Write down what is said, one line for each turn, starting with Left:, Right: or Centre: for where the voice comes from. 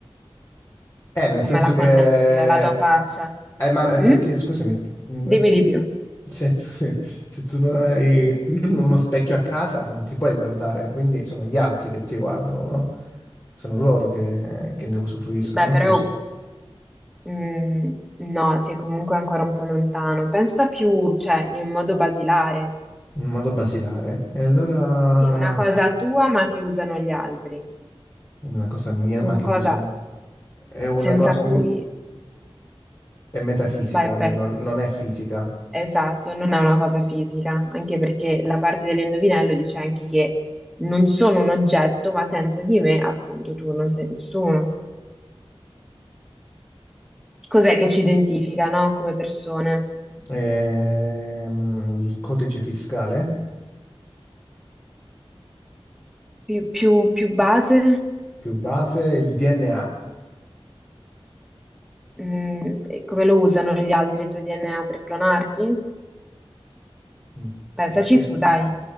Left: Eh, nel
Centre: Come
Left: senso
Centre: la
Left: che...
Centre: connetti alla tua faccia?
Left: Eh, ma eh,
Centre: Mm?
Left: perché, scusami, mh,
Centre: Dimmi di più.
Left: se, <laughs> se tu non hai <clears throat> uno specchio a casa non ti puoi guardare, quindi sono gli altri che ti guardano, no? Sono loro che, che ne usufruiscono,
Centre: Beh, però
Left: giusto?
Centre: mm, no, sei comunque ancora un po' lontano. Pensa più, cioè, in modo basilare.
Left: In modo basilare. E allora
Centre: Sì, è una cosa tua, ma che usano gli altri.
Left: una cosa mia, ma
Centre: Una
Left: che
Centre: cosa
Left: usano... È una
Centre: senza
Left: cosa, quindi...
Centre: cui...
Left: È metafisica,
Centre: Vai,
Left: non,
Centre: vai.
Left: non- non è fisica.
Centre: Esatto, non è una cosa fisica, anche perché la parte dell'indovinello dice anche che non sono un oggetto, ma senza di me, appunto, tu non sei nessuno. cos'è che ci identifica, no? Come persone?
Left: Ehm, il codice fiscale
Centre: Più, più- più base?
Left: più base, il DNA.
Centre: Mm, e come lo usano gli altri il tuo DNA per clonarti?
Left: Mm.
Centre: Pensaci
Left: Beh, que-
Centre: su, dai,